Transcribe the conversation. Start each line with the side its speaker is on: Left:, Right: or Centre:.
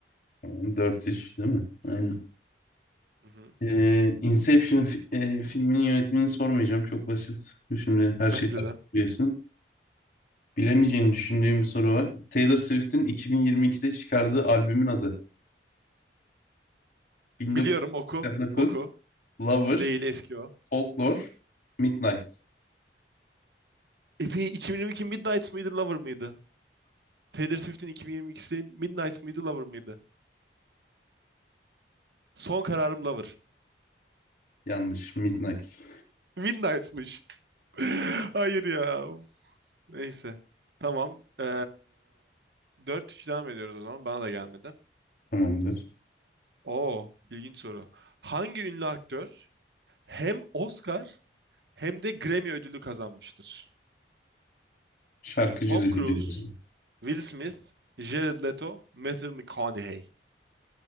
Left: Yani Dört üç değil mi? Aynen.
Right: Hı-hı.
Left: Ee, Inception fi- e, filminin yönetmenini sormayacağım. Çok basit. Şimdi her
Right: Bence
Left: şeyi takip
Right: de.
Left: ediyorsun. Bilemeyeceğini düşündüğüm bir soru var. Taylor Swift'in 2022'de çıkardığı albümün adı. 1989,
Right: Biliyorum oku. Oku.
Left: Lover,
Right: Değil eski o.
Left: Folklore, Midnight.
Right: Epi 2022 Midnight mıydı Lover mıydı? Taylor Swift'in 2022'si Midnight mıydı Lover mıydı? Son kararım Lover.
Left: Yanlış. Midnight.
Right: Midnight'mış. <laughs> Hayır ya. Neyse. Tamam. Ee, 4-3 devam ediyoruz o zaman. Bana da gelmedi.
Left: Tamamdır.
Right: Oo, ilginç soru. Hangi ünlü aktör hem Oscar hem de Grammy ödülü kazanmıştır?
Left: Şarkıcı
Right: Tom
Left: düşüneceğiz
Right: Cruise,
Left: o zaman.
Right: Will Smith, Jared Leto, Matthew McConaughey.